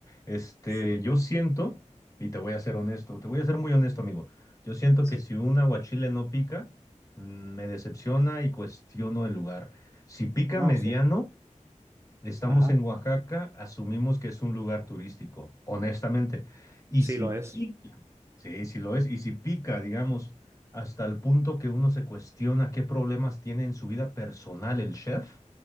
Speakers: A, on the left; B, on the right.
A: Este,
B: Sí,
A: yo
B: sí,
A: siento, y te voy a ser honesto, te voy a ser muy honesto, amigo. Yo siento
B: sí.
A: que si un aguachile no pica, mm, me decepciona y cuestiono el lugar. Si pica
B: No,
A: mediano,
B: sí.
A: Estamos
B: Ajá.
A: en Oaxaca, asumimos que es un lugar turístico, honestamente. Y
B: Sí
A: si
B: lo es.
A: pica, sí, sí lo es, y si pica,
B: Sí.
A: digamos, hasta el punto que uno se cuestiona qué problemas tiene en su vida personal el chef.